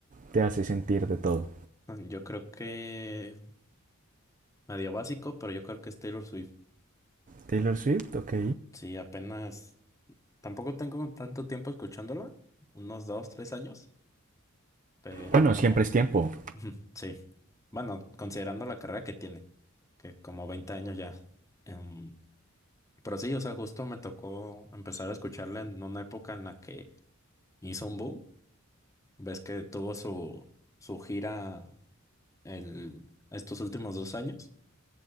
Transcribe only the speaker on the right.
te hace sentir de todo.
Taylor Swift, ok.
Bueno, siempre es tiempo.